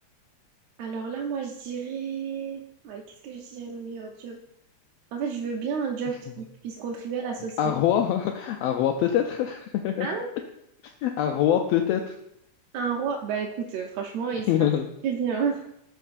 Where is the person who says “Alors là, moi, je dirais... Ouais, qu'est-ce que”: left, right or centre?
Right